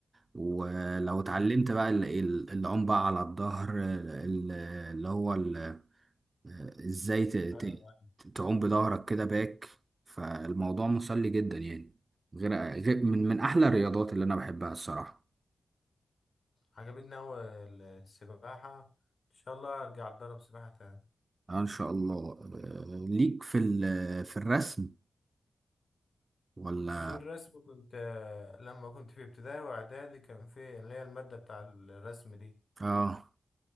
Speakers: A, on the right (about 35°); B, on the left (about 55°).
A: ولو اتعلمت
B: ايوه
A: بقى ال- ال- العوم بقى على الظهر ال- اللي هو ال- آه، ازاي ت- ت-
B: ايوه أيوة.
A: تعوم بظهرك كده باك فالموضوع مسلي جدا يعني غير غير- من من أحلى الرياضات اللي أنا بحبها الصراحة
B: عجبتني اوي السباحة ان شاء الله ارجع اتدرب سباحة تاني
A: آه ان شاء الله آه، ليك في ال- في الرسم ولا
B: في الرسم كنت لما كنت في ابتدائي واعدادي كان في اللي هي المادة بتاع الرسم دي
A: اه